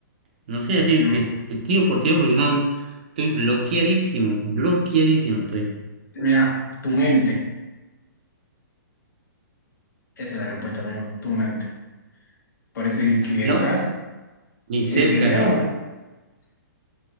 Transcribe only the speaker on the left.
Mm,
Mira, tu mente. Esa es la respuesta, amigo, tu mente. Por eso es que
entras,
¿entendés?